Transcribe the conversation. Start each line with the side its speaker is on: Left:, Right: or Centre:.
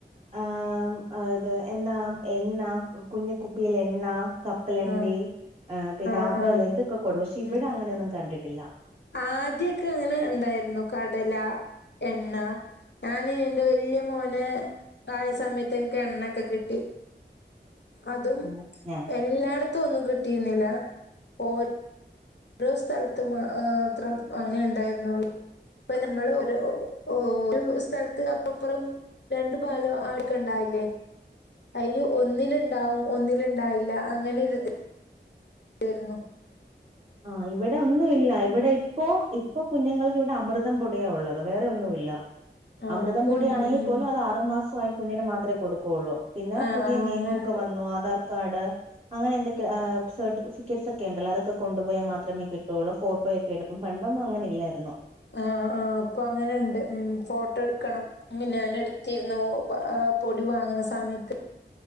Right: ആ, അത്, എന്നാ, എണ്ണാ, കുഞ്ഞെ, കുപ്പിയിൽ, എണ്ണാ കപ്പലണ്ടി,
Left: ആഹ്
Right: പിന്നെ,
Left: ആഹ്
Right: അവല്,
Left: ആഹ്
Right: ഇതൊക്കെ, കൊടുകും, പക്ഷെ, ഇവിടെ,
Left: ഉം
Right: അങ്ങനെയൊന്നും കണ്ടിട്ടില്ല.
Left: ആദ്യൊക്കെ, അങ്ങനെ, ഇണ്ടായിര്ന്നു, കടല എണ്ണ, ഞാൻ, ന്റെ, വല്ല്യെ മോന്, ആയ, സമയത്ത്, ഇൻക്ക്, എണ്ണൊക്കെ, കിട്ടി. അതും,
Right: അങ്ങനെ ഞാൻ
Left: എല്ലാടത്തും, ഒന്നും, കിട്ടീന്നീല ഓ ഓരോ, സ്ഥല്ത്ത്, മാത്രം, അങ്ങനേണ്ടായിര്ന്നൊള്ളു. പ്പൊ, നമ്മൾ, ഒരു, സ്ഥല്ത്ത്, അപ്പൊപ്പറും, രണ്ടു, പാലം, ആക്കണ്ടേ? അല്ലേ, അയില്, ഒന്നില്ണ്ടാവും, ഒന്നില്ണ്ടാവില്ല, അങ്ങനെര്ത് തെരുന്നു.
Right: ആ, ഇവിടെ, ഒന്നുവില്ല, ഇവിടെ, ഇപ്പോ ഇ ഇപ്പൊ, കുഞ്ഞുങ്ങൾക്കിവിടെ, അമൃതം, പൊടിയാ, ഉള്ളത്, വേറെ, ഒന്നുവില്ല.
Left: ആ
Right: അമൃതംപൊടി,
Left: കുഞ്ഞ്
Right: ആണെങ്കിപ്പോലും,
Left: ഉം
Right: അതാറ്മാസവായ, കുഞ്ഞിന്, മാത്രേ, കൊടുക്കോള്ളൂ. പിന്നെ,
Left: ആ
Right: പുതിയ,
Left: ആ
Right: നിയമവൊക്കെ,
Left: അങ്ങനെണ്ട്
Right: വന്നു, ആധാർ കാർഡ്, അങ്ങനെ, എന്തൊക്കെ, സർട്ടിഫിക്കറ്റ്സ്, ഒക്കെണ്ടല്ലോ, അതൊക്കെ കൊണ്ടുപോയാ, മാത്രമേ, കിട്ടോള്ളൂ, ഫോട്ടോയൊക്കെ, എടുപ്പും, പണ്ടൊന്നും, അങ്ങന, ഇല്ലായിര്ന്നു.
Left: ആ, ആ, പ്പങ്ങനെണ്ട്, ഫോട്ടട്ക്കണം ഞാന്ട്ത്തിര്ന്നു പൊടി, വാങ്ങ്ന്ന, സമയത്ത്.